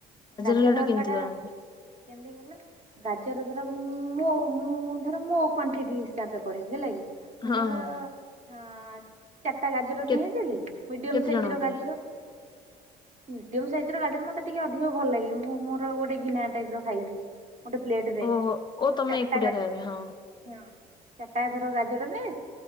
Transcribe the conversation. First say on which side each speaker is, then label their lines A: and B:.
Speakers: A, on the right (about 45°); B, on the left (about 25°).
A: ଗାଜର
B: ହଲୁଆଟା
A: ହଲୁଆ
B: କେମିତି
A: ଟା
B: କରନ୍ତି?
A: କେମିତି କଲ ଗାଜର ଧର ମୁଁ ମୋ ମୁଁ ଧର ମୋ କ୍ୱାଣ୍ଟିଟି ହିସାବରେ କରିବି ହେଲା କି? ମୁଁ
B: ହଁ
A: ଧର
B: ହଁ
A: ଅଁ
B: ହଁ
A: ଚାରିଟା ଗାଜର
B: କେ
A: ନେଇ ଆସିଲି ମିଡିୟମ
B: କେତେ
A: ସାଇଜ
B: ଜଣଙ୍କ
A: ର
B: ପାଇଁ?
A: ଗାଜର। ମିଡ଼ିୟମ ସାଇଜ୍ ର ଗାଜର ମୋତେ ଟିକଏ ଅଧିକ ଭଲ ଲାଗେ ମୁଁ ମୋର ଗୋଟେ ଗିନା ଟାଇପ୍ ର ଖାଇବି। ଗୋଟେ ପ୍ଲେଟ ରେ
B: ଓହୋ
A: ତମ
B: ଓ ତମେ
A: ଚାରିଟା
B: ଏକୁଟିଆ
A: ଗାଜର
B: ଖାଇବା ପାଇଁ ହଁ
A: ହଁ ଚାରିଟା ଧର ଗାଜର ନେ